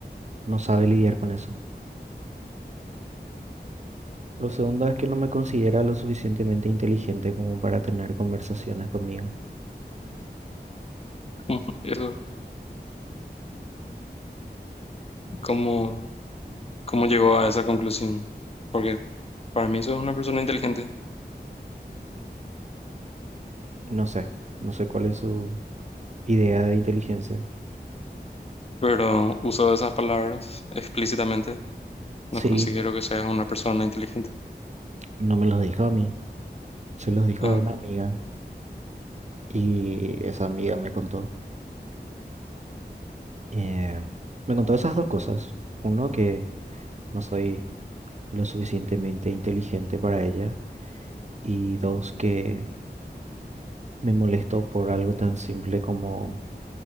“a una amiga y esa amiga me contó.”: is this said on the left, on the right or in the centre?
Right